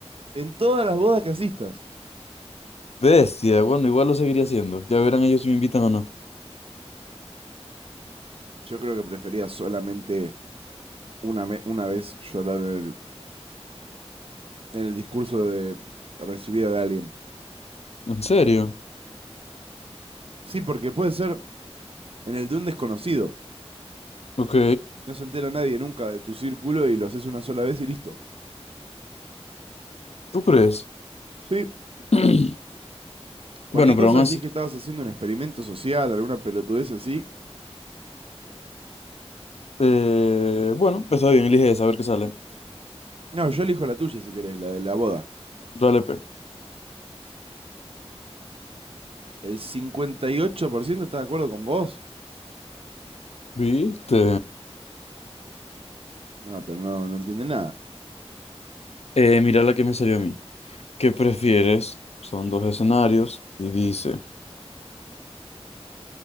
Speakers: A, on the right; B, on the left.
A: En todas las bodas que asistas.
B: Bestia, bueno, igual lo seguiría haciendo. Ya verán ellos si me invitan o no.
A: Yo creo que prefería solamente una, una vez llorar en el, en el discurso de recibida de alguien.
B: ¿En serio?
A: Sí, porque puede ser en el de un desconocido.
B: Ok,
A: No se entera nadie nunca de tu círculo y lo haces una sola vez y listo.
B: ¿tú crees?
A: Sí.
B: <clears throat>
A: Cualquier
B: Bueno, pero
A: cosa
B: aún
A: decís
B: así.
A: que estabas haciendo un experimento social, alguna pelotudez así.
B: Eh, bueno, pues está bien, elige esa, a ver qué sale.
A: No, yo elijo la tuya si querés, la de la boda.
B: Dale, pe.
A: El 58% está de acuerdo con vos.
B: ¿Viste?
A: No, pero no, no entiende nada.
B: Eh, mira la que me salió a mí. ¿Qué prefieres? Son dos escenarios y dice,